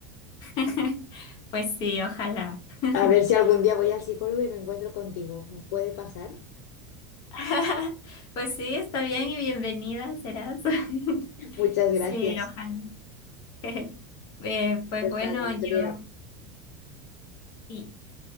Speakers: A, on the left; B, on the left.
A: <laughs> Pues sí, ojalá. <laughs>
B: A ver si algún día voy al psicólogo y me encuentro contigo. ¿Puede pasar?
A: <laughs> Pues sí, está bien y bienvenida serás. <laughs>
B: <laughs> Muchas
A: Sí,
B: gracias.
A: ojalá. <laughs> Eh, pues
B: Pues
A: bueno,
B: nada, Andrea.
A: yo y,